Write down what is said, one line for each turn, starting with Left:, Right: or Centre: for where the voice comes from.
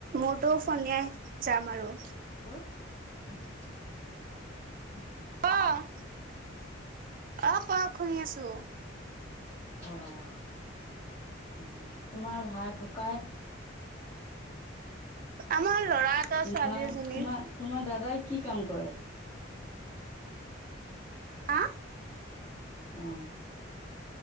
Right: মোৰতো, ফনিয়াই যাম আৰু।
Left: <inaudible>
Right: অ', অ', ক'ক শুনি আছো।
Left: অ', অ', তোমাৰ ভাই ককাই
Right: আমাৰ ল'ৰা এটা
Left: তোমাৰ-তোমাৰ-তোমাৰ,
Right: ছোৱালী এজনী
Left: দাদাই কি কাম কৰে?
Right: হা?
Left: অ।